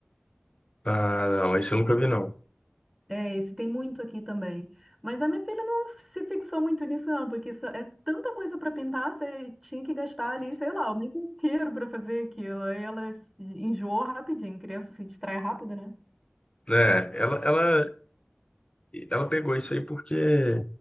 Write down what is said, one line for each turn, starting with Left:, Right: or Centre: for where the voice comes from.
Left: Ah, não, esse eu nunca vi, não.
Centre: É, esse tem muito aqui também. Mas a minha filha não se fixou muito nisso, não, porque isso é tanta coisa para pintar, você tinha que gastar ali, sei lá, o mês inteiro para fazer aquilo. Aí ela enjoou rapidinho, criança se distrai rápido, né?
Left: Né? Ela, ela, ela pegou isso aí porque